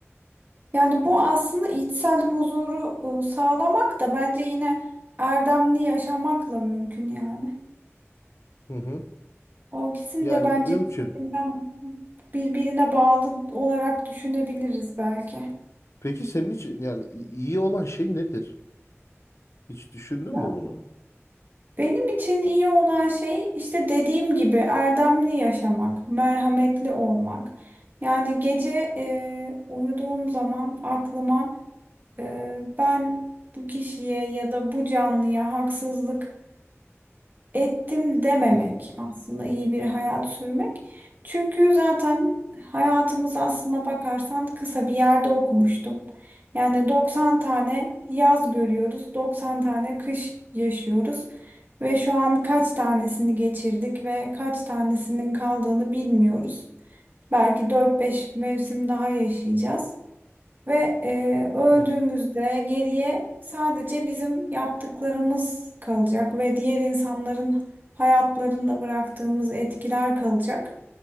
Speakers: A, on the right (about 40°); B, on the left (about 70°).
A: yani bu aslında içsel huzuru e, sağlamak da bence yine erdemli yaşamakla mümkün yani.
B: hı hı.
A: O ikisini
B: Yani
A: de bence
B: mümkün.
A: birbirinden- birbirine bağlı olarak düşünebiliriz belki.
B: Peki senin için yani i- iyi olan şey nedir? Hiç düşündün
A: Ya,
B: mü bunu?
A: benim için iyi olan şey işte dediğim gibi erdemli yaşamak, merhametli olmak. Yani gece e, uyuduğum zaman aklıma e, ben bu kişiye ya da bu canlıya haksızlık ettim dememek
B: Hı.
A: aslında iyi bir hayat sürmek. Çünkü zaten hayatımız aslına bakarsan kısa bir yerde okumuştum. Yani 90 tane yaz görüyoruz, 90 tane kış yaşıyoruz ve şu an kaç tanesini geçirdik ve kaç tanesinin kaldığını bilmiyoruz. Belki dört beş mevsim daha yaşayacağız. Ve e, öldüğümüzde
B: Hı.
A: geriye sadece bizim yaptıklarımız kalacak ve diğer insanların hayatlarında bıraktığımız etkiler kalacak.